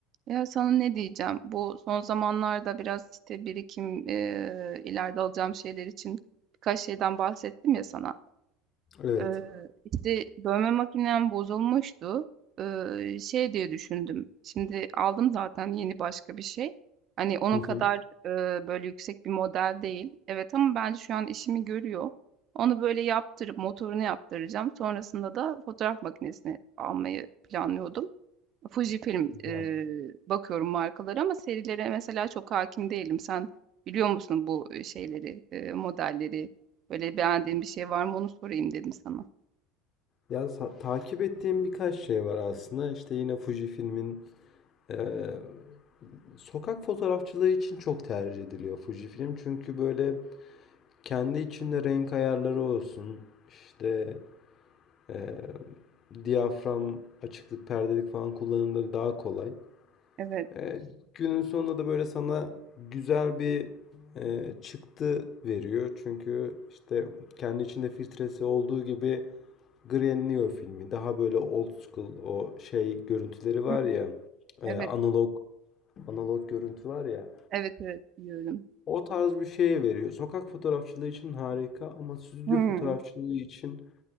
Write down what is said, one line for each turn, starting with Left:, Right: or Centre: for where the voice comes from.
Right: Ya sana ne diyeceğim? Bu son zamanlarda biraz işte birikim eee, ileride alacağım şeyler için birkaç şeyden bahsettim ya sana.
Left: Evet.
Right: Eee işte dövme makinem bozulmuştu. Eee, şey diye düşündüm. Şimdi aldım zaten yeni başka bir şey. Hani onun
Left: Hı hı.
Right: kadar eee, böyle yüksek bir model değil. Evet ama bence şu an işimi görüyor. Onu böyle yaptırıp motorunu yaptıracağım. Sonrasında da fotoğraf makinesini almayı planlıyordum. Fujifilm,
Left: Güzel.
Right: eee, bakıyorum markalara ama serilere mesela çok hakim değilim. Sen biliyor musun bu, şeyleri, eee, modelleri? Böyle beğendiğin bir şey var mı onu sorayım dedim sana.
Left: Ya sa- takip ettiğim birkaç şey var aslında. İşte yine Fujifilm'in eee, sokak fotoğrafçılığı için çok tercih ediliyor Fujifilm. Çünkü böyle kendi içinde renk ayarları olsun. İşte eee, diyafram, açıklık, perdelik falan kullanımları daha kolay.
Right: Evet.
Left: E, günün sonunda da böyle sana güzel bir e, çıktı veriyor. Çünkü işte kendi içinde filtresi olduğu gibi grainliyor filmi. Daha böyle old school o şey görüntüleri var
Right: Hıı.
Left: ya, e,
Right: Evet.
Left: analog analog görüntü var ya.
Right: Evet, evet biliyorum.
Left: O tarz bir şeye veriyor. Sokak fotoğrafçılığı için harika ama stüdyo
Right: Hıı.
Left: fotoğrafçılığı için